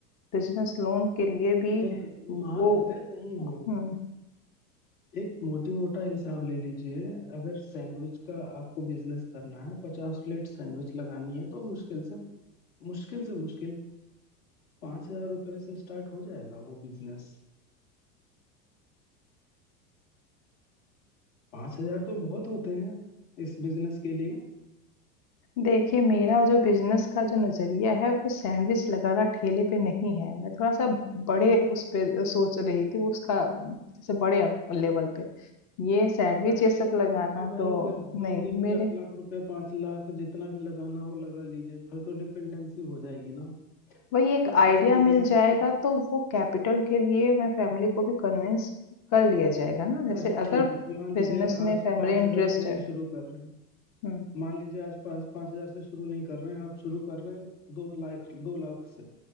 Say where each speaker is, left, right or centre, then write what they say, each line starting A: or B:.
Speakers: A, on the left (about 35°); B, on the left (about 60°).
A: बिजनेस लोन के लिए भी
B: चलिए मान
A: वो
B: लेते हैं नहीं हो
A: हम्म
B: एक मोटी मोटा हिसाब ले लीजिए अगर सैंडविच का आपको बिजनेस करना है पचास प्लेट सैंडविच लगानी है तो मुश्किल से मुश्किल से मुश्किल पाँच हजार रुपये से स्टार्ट हो जाएगा वो बिजनेस पाँच हजार तो बहुत होते हैं इस बिजनेस के लिए
A: देखिए मेरा जो बिजनेस का जो नजरिया है वो सैंडविच लगाना ठेले पे नहीं है मैं थोड़ा सा बड़े उस पे सोच रही थी उसका जैसे बड़े लेवल पे ये सैंडविच
B: बड़े
A: ये
B: लेवल
A: सब लगाना
B: पे तो भाई
A: तो
B: फिर दो
A: नहीं
B: तीन
A: मेरे
B: चार लाख रुपए पांच लाख जितना भी लगाना हो लगा लीजिए फिर तो डिपेंडेंसी हो जाएगी ना
A: वही एक
B: पर ऐसे
A: आइडिया
B: बिजनेस
A: मिल जाएगा
B: का
A: तो वो कैपिटल के लिए मैं फैमिली को भी कन्विंस कर लिया जाएगा ना जैसे
B: अच्छा ठीक
A: अगर
B: है मान लीजिए
A: बिजनेस में
B: आज
A: फैमिली
B: पांच
A: इंटरेस्ट
B: हजार नहीं
A: है
B: शुरू कर रहे हैं
A: हम्म
B: मान लीजिए आज पाँच पाँच हजार से शुरू नहीं कर रहे हैं आप शुरू कर रहे हैं दो लाख दो लाख से